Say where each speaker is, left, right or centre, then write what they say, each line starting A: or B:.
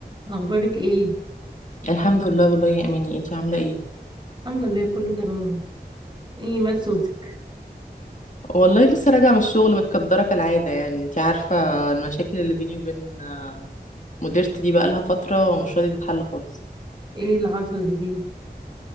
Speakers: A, on the right (about 30°); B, on the left (about 50°).
A: اخبارك ايه
B: الحمد لله والله يا اماني انتي عامله ايه
A: الحمد لله كله تمام ايه مال صوتك
B: والله لسه راجعه من الشغل متكدره كالعاده يعني انتي عارفه المشاكل اللي بيني وبين آه، مديرتي دي بقالها فتره ومش راضيه تتحل خالص
A: ايه اللي حصل جديد